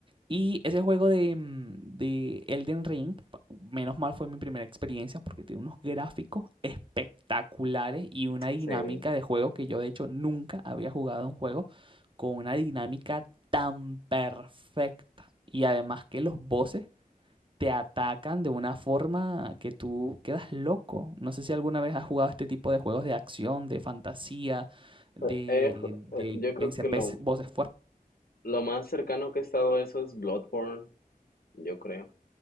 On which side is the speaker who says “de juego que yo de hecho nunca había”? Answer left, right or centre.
Right